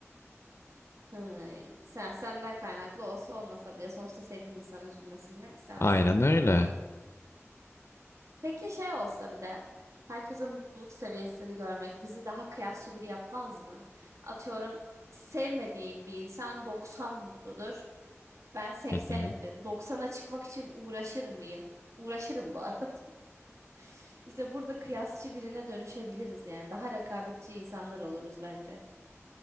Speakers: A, on the right; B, on the left.
A: hı, sen senden kaynaklı olsa olmasa bile sonuçta sevdiğin insanın üzülmesini istemezsin.
B: Aynen öyle.
A: Peki şey olsa bir de herkesin mutluluk seviyesini görmek bizi daha kıyasçı biri yapmaz mı? Atıyorum sevmediğim bir insan 90 mutludur. Ben 80'imdir.
B: Hı hı.
A: 90'a çıkmak için uğraşır mıyım? Uğraşırım bu arada. <laughs> İşte burada kıyasçı birine dönüşebiliriz yani. Daha rekabetçi insanlar oluruz bence.